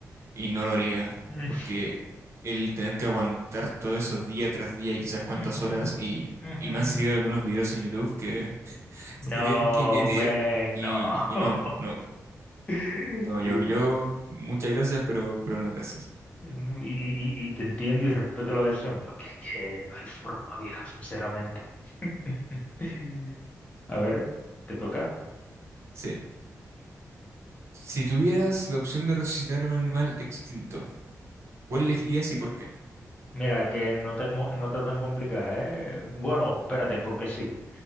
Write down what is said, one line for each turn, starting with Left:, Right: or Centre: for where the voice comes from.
Right: y no lo haría,
Left: Mm,
Right: porque el tener que aguantar todo eso día tras día y quizás cuántas
Left: ujú,
Right: horas y,
Left: ujú.
Right: y me han salido algunos videos en YouTube que
Left: No,
Right: se tienen que meter
Left: man,
Right: y,
Left: no.
Right: y no, no,
Left: <laughs>
Right: no,
Left: Que,
Right: yo,
Left: güey,
Right: yo, muchas gracias, pero, pero no, gracias.
Left: mm, y, y- y te entiendo y respeto la decisión, porque es que no hay forma, viejo, sinceramente. <laughs> A ver, ¿te toca?
Right: Sí. Si tuvieras la opción de resucitar a un animal extinto, ¿cuál elegirías y por qué?
Left: Mira, que no tengo, no no está tan complicada, ¿eh? Bueno, espérate, porque sí.